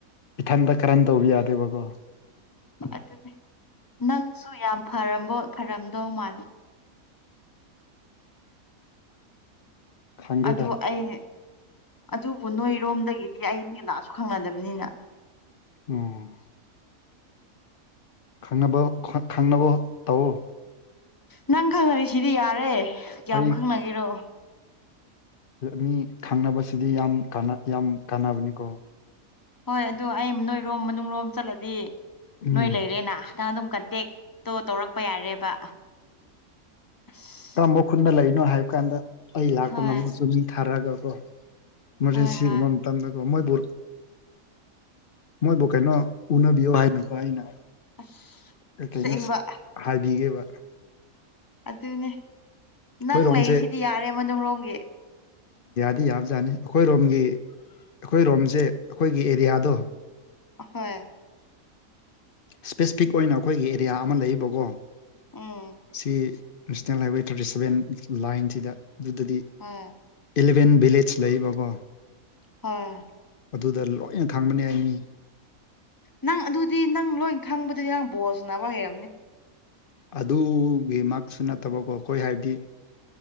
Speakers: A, on the left; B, on the left.
A: ꯏꯊꯟꯇ ꯀꯔꯝ ꯇꯧꯕ ꯌꯥꯗꯦꯕꯀꯣ
B: ꯑꯗꯨꯅꯦ ꯅꯪꯁꯨ ꯌꯥꯝ ꯐꯔꯝꯕ ꯐꯔꯝꯗꯧ ꯃꯥꯜꯂꯤꯦ
A: ꯈꯪꯗꯦꯗ
B: ꯑꯗꯨ ꯑꯩ ꯑꯗꯨꯕꯨ ꯅꯣꯏꯔꯣꯝꯗꯒꯤꯗꯤ ꯑꯩ ꯃꯦꯂꯥꯁꯨ ꯈꯪꯅꯗꯕꯅꯤꯅ
A: ꯎꯝ ꯈꯪꯅꯕ ꯈꯪꯅꯕ ꯇꯧꯎ
B: ꯅꯪ ꯈꯪꯅꯔꯤ ꯁꯤꯗꯤ ꯌꯥꯔꯦ ꯀꯌꯥꯝ
A: ꯑꯩ
B: ꯈꯪꯅꯈꯤꯔꯣ
A: ꯃꯤ ꯈꯪꯅꯕꯁꯤꯗꯤ ꯌꯥꯝ ꯌꯥꯝ ꯀꯥꯟꯅꯕꯅꯤꯀꯣ
B: ꯍꯣꯏ ꯑꯗꯨ ꯑꯩ ꯅꯣꯏꯔꯣꯝ ꯃꯅꯨꯡ ꯂꯣꯝ ꯆꯠꯂꯗꯤ
A: ꯎꯝ
B: ꯅꯣꯏ ꯂꯩꯔꯦꯅꯥ ꯅ ꯅꯪ ꯑꯗꯨꯝ ꯀꯟꯇꯦꯛꯇꯣ ꯇꯧꯔꯛꯄ ꯌꯥꯔꯦꯕ ꯑꯁ
A: ꯇꯃ ꯈꯨꯨꯟꯅ ꯂꯥꯏ ꯀꯣ ꯍꯥꯏꯕ ꯀꯥꯟꯗ ꯑꯩ ꯂꯥꯛꯄ
B: ꯍꯣꯏ
A: ꯉꯝꯗꯁꯨ ꯃꯤ ꯊꯥꯔꯛꯑꯒ ꯀꯣ ꯏꯃꯔꯖꯦꯟꯁꯤꯒꯨꯝꯕ
B: ꯍꯣꯏ ꯍꯣꯏ
A: ꯃꯇꯝꯗ ꯃꯣꯏꯕꯨ ꯃꯣꯏꯕꯨꯣ ꯀꯩꯅꯣ ꯎꯅꯕꯤꯌꯣ ꯍꯥꯏꯅ ꯀꯣ ꯍꯥꯏꯅ
B: ꯑꯁ
A: ꯀ
B: ꯑꯁꯦꯡꯕ
A: ꯀꯩꯅꯣ ꯍꯥꯏꯕꯤꯒꯦꯕ
B: ꯑꯗꯨꯅꯦ
A: ꯑꯩꯈꯣꯏꯔꯣꯝꯁꯦ
B: ꯅꯪ ꯂꯩꯁꯤꯗꯤ ꯌꯥꯔꯦ ꯃꯅꯨꯡꯂꯣꯝꯒꯤ
A: ꯗꯤ ꯌꯥꯕꯖꯥꯠꯅꯤ ꯑꯩꯈꯣꯏ ꯔꯣꯝꯒꯤ ꯑꯩꯈꯣꯏ ꯔꯣꯝꯁꯦ ꯑꯩꯈꯣꯏꯒꯤ ꯑꯦꯔꯤꯌꯥꯗꯣ
B: ꯍꯣꯏ
A: ꯏꯁꯄꯦꯁꯤꯐꯤꯛ ꯑꯣꯏꯅ ꯑꯩꯈꯣꯏꯒꯤ ꯑꯦꯔꯤꯌꯥ ꯑꯃ ꯂꯩꯕꯀꯣ
B: ꯎꯝ
A: ꯁꯤ ꯅꯦꯁꯅꯦꯜ ꯍꯥꯏꯋꯦ ꯊꯥꯔꯇꯤ ꯁꯕꯦꯟ ꯂꯥꯏꯟꯁꯤꯗ ꯑꯗꯨꯗꯗꯤ
B: ꯍꯣꯏ
A: ꯑꯦꯂꯕꯦꯟ ꯚꯤꯂꯦꯖ ꯂꯩꯕꯀꯣ
B: ꯍꯣꯏ
A: ꯑꯗꯨꯗ ꯂꯣꯏꯅ ꯈꯪꯕꯅꯤ ꯍꯥꯏꯅꯤ
B: ꯅꯪ ꯑꯗꯨꯗꯤ ꯅꯪ ꯂꯣꯏ ꯈꯪꯕꯗꯨꯗꯤ ꯅꯪ ꯕꯣꯜꯁꯥꯟꯅꯕ ꯍꯩꯔꯝꯅꯤ
A: ꯑꯗꯨꯒꯤ ꯃꯁꯨ ꯅꯠꯇꯕꯀꯣ ꯑꯩꯈꯣꯏ ꯍꯥꯏꯕꯗꯤ